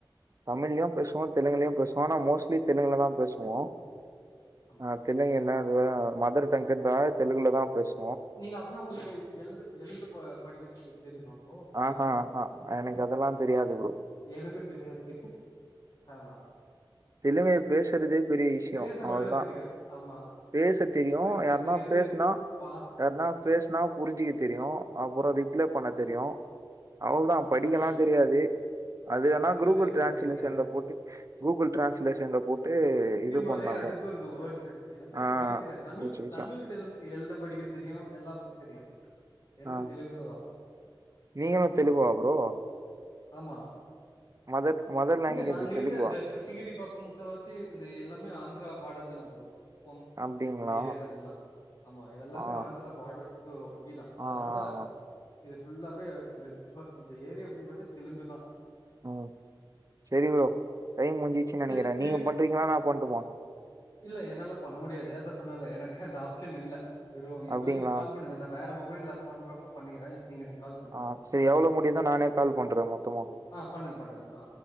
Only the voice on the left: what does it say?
ஆமா
நீங்க அப்னா உங்ளுக்கு எழுது எழுது படிக்க தெரியுமா ப்ரோ தெலுங்கு
எனக்கு தெரியாது ஆமா
பேசமட்டுத
தெரியு ஆமா
படிக்க
தெரியாது
பாத்து
ஆமா
சரி
எனக்கு
தெரியாது
படிக்க
வரே அதுக்கு இருக்கு வேர்ட்ஸு எனக்கு
படிக்க தெரியாது தமிழ்
தமிழ் தெல் எழுத படிக்க தெரியு எல்லா தெரியு எனக்கு
தெலுகு
ஆமா
இங்க நாங்க
இருக்க இந்த கிருஷ்ணகிரி பக்கோ முக்காவாசி இந்த எல்லாமே ஆந்திரா பாடருதான்னே ப்ரோ குப்பம்
இந்த ஏரியா தானே எல்லா ஆமா இதெல்லாமே
ஆந்திரா பார்டருக்கு ஒட் தா அதனால
இது ஃபுல்லாவே எங்க இந்த ஏரியா ஃபுல்லாவே தெலுங்கு தா
சரி திருப்பி
இல்ல என்னால பண்ண முடியாது அதா சொன்னேல எனக்கு அந்த ஆப்ஷன் இல்ல வெறு இப்போதிக்கு
கால் பண்ணுங்க நா வேற மொபைல்ல பண்றப்போ பண்ணிக்கறே இப்ப நீங்க எனக் கால் பண்ணுங்க
இன்னொரு
கால்
ஆஹ் பண்ணுங்க பண்ணுங்க ஆ